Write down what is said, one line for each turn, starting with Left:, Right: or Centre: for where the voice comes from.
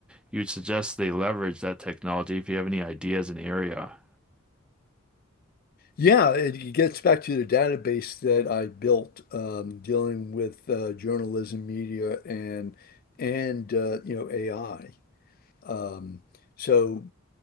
Centre: you'd suggest they leverage that technology if you have any ideas in the area.
Left: Yeah, it gets back to the database that I built um, dealing with uh, journalism, media, and and uh, you know AI. Um, so